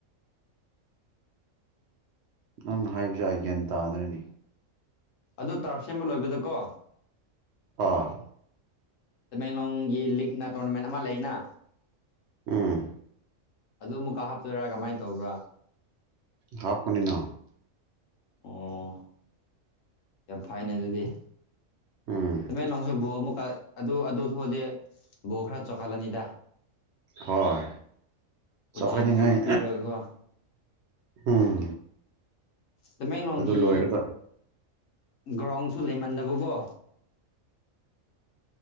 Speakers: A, on the right; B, on the left.
A: ꯅꯪꯅ ꯍꯥꯏꯕꯁꯦ ꯑꯩ ꯒ꯭ꯌꯥꯟ ꯇꯥꯗ꯭ꯔꯦꯅꯦ
B: ꯑꯗꯨ ꯇꯥꯔꯞ ꯁꯦꯝꯕ ꯂꯣꯏꯕꯗꯀꯣ
A: ꯑꯥ
B: ꯇꯃꯦꯡꯂꯣꯡꯒꯤ ꯂꯤꯛꯅ ꯇꯣꯔꯅꯥꯃꯦꯟ ꯑꯃ ꯂꯩꯅ
A: ꯎꯝ
B: ꯑꯗꯨ ꯑꯃꯨꯛꯀꯥ ꯍꯥꯞꯇꯣꯏꯔꯥ ꯀꯃꯥꯏꯅ ꯇꯧꯕ꯭ꯔꯥ
A: ꯀꯥꯞꯄꯅꯤꯅ
B: ꯑꯣ ꯌꯥꯝ ꯐꯩꯅꯦ ꯑꯗꯨꯗꯤ
A: ꯎꯝ
B: ꯇꯃꯦꯂꯣꯡꯁꯨ ꯕꯣ ꯑꯃꯨꯛ ꯑꯗꯨ ꯑꯗꯨ ꯊꯣꯛꯗꯦ ꯕꯣ ꯈꯔ ꯆꯥꯎꯈꯥꯠꯂꯅꯤꯗ
A: ꯍꯣꯏ
B: ꯀꯣꯆꯤꯡꯒꯨꯝꯕ
A: ꯆꯥꯎꯈꯠꯅꯤꯡꯉꯥꯏ
B: ꯄꯤꯔꯒꯀꯣ
A: ꯎꯝ
B: ꯇꯃꯦꯡꯂꯣꯡꯒꯤ
A: ꯑꯗꯨ ꯂꯣꯏꯔꯒ
B: ꯒ꯭ꯔꯥꯎꯟꯁꯨ ꯂꯩꯃꯟꯗꯕꯀꯣ